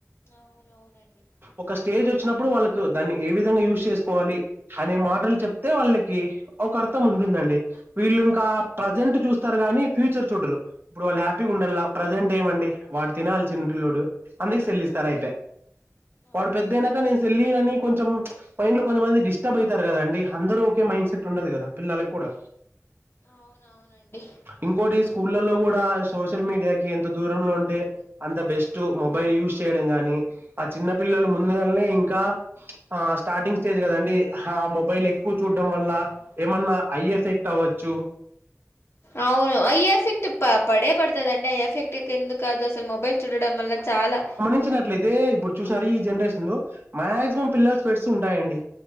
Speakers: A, on the left; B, on the right.
A: అవునవునండి
B: ఒక స్టేజ్ వచ్చినప్పుడు వాళ్ళ ద్దు దాన్ని ఏ విధంగా యూజ్ చేసుకోవాలి అనే మాటలు చెప్తే వాళ్ళకి ఒక అర్థం ఉంటుదండి. వీళ్ళు ఇంకా ప్రజెంట్ చూస్తారు గాని ఫ్యూచర్ చూడరు ఇప్పుడు వాళ్ళు హ్యాపీగా ఉండాలా
A: ఆ,
B: ప్రజెంట్ ఏమండి వాడు తినాలి చిన్న పిల్లోడు. అందుకె సెల్
A: ఆ,
B: ఇస్తారు అయిపె
A: అవును
B: వాడు పెద్ద అయినాక నేను సెల్ ఇయ్యానని కొంచెం చ్ మైండ్ లో కొంత మంది డిస్టర్బ్ అయితారు కదండి. అందరూ ఒకే మైండ్ సెట్ ఉండదు కదా పిల్లలకి కూడా
A: అవునవునండి
B: ఇంకోటి స్కూళ్లలో కూడా సోషల్ మీడియాకి ఎంత దూరంలో ఉం టే అంత బెస్ట్ మొబైల్ యూస్ చేయడం గాని, ఆ చిన్న పిల్లలు ముందుగాల్నే కా ఆ స్టార్టింగ్ స్టేజ్ కదండి, ఆ మొబైల్ ఎక్కువ చూడడం వల్ల ఏమన్నా ఐ ఎఫెక్ట్ అవ్వచ్చు. చ్చు
A: అవును ఐ ఎఫెక్టప్ప పడే పడతదండి ఐ ఎఫెక్ట్ ఎందుకు కాదు అసలు మొబైల్ చూడడం వల్ల చాలా
B: చూసినట్లయితే ఇప్పుడు చూసినారు ఈ జనరేషన్ లో మాక్సిమం పిల్లలుకు స్పెడ్స్ ఉంటాయండి.